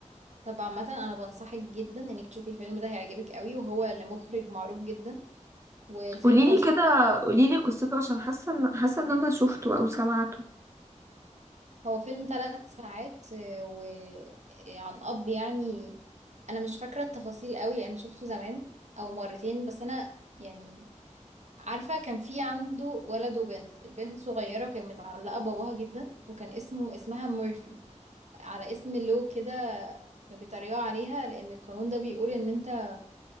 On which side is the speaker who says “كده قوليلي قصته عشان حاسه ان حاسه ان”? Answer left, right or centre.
Right